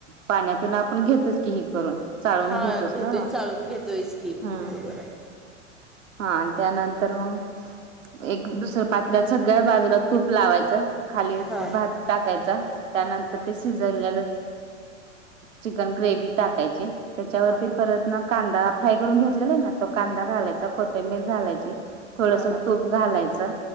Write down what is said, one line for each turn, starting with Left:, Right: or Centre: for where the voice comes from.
Right: पाण्यातून आपण घेतोच की हे करून चाळून
Centre: हा
Right: घेतोच
Centre: घेतोय
Right: ना
Centre: चाळुण घेतोयच की
Right: हम्म.
Centre: बरोबर हाय
Right: हा त्यानंतर मग एक दुसर्या पातेल्यात सगळ्या बाजूला तूप लावायचं खाली
Centre: हा
Right: भात टाकायचा. त्यानंतर
Centre: हा
Right: ते शिजवलेली चिकन ग्रेव टाकायची त्याच्यावरती
Centre: हा हा
Right: परत ना कांदा फ्राय करून घेतलेला आहे ना तो कांदा घालायचा
Centre: हा
Right: कोथिंबीर घालायची थोडस
Centre: हा हा
Right: तूप घालायचं